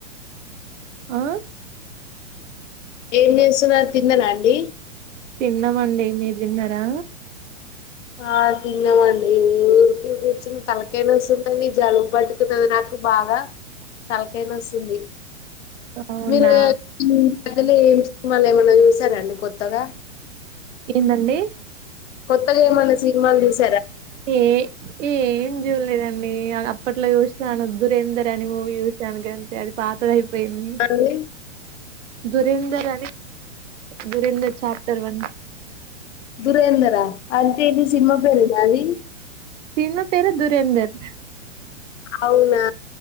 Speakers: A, on the right (about 75°); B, on the left (about 70°).
A: ఆ
B: ఏం చేస్తున్నరు తిన్నరా అండి
A: తిన్నమండి మీరు తిన్నరా
B: ఆ తిన్నమండి ఊరికే కూర్చుని తలకాయ నొస్తుందండి జలుబు పట్టుకున్నది నాకు నాకు బాగా తలకాయ నొస్తుంది
A: అవునా
B: మీరు పెద్ది <unintelligible> సినిమాలు ఏమన్నా చూశారా అండి కొత్తగా
A: ఏందండి
B: కొత్తగా ఏమన్నా సినిమాలు చూసా
A: ఏ ఏం చూడలేదండి అప్పట్లో చూసాను దురేందర్ అని మూవీ చూశాను గంతే అది పాతగ అయి పోయింది
B: అండి
A: దురేందర్ దురేందర్ చాప్టర్ వన్
B: దురేందరా అంటే ఇది సినిమా పేరేనా అది
A: సినిమా పేరే దురేందర్
B: అవునా